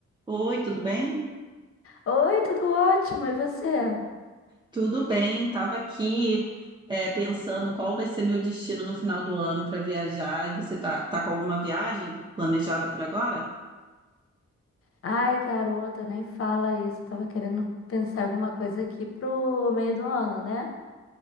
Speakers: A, on the right; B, on the left.
A: Oi, tudo bem?
B: Oi, tudo ótimo, e você?
A: Tudo bem, estava aqui é, pensando qual vai ser meu destino no final do ano para viajar. E você tá, tá com alguma viagem planejada por agora?
B: Ai, garota, nem fala isso. Eu tava querendo pensar alguma coisa aqui pro meio do ano, né?